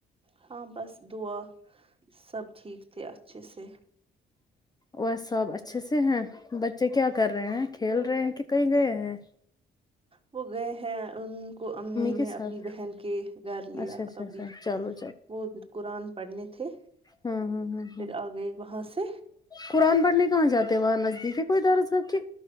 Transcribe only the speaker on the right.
ہاں بس دعا سب ٹھیک تھے اچھے سے
وہ گیے ہے ان کو امی نے
اپنی بہن کے گھر لیا
ابھی
وہ قرآن پڑھنے تھے
پھر
آ گئے وہاں سے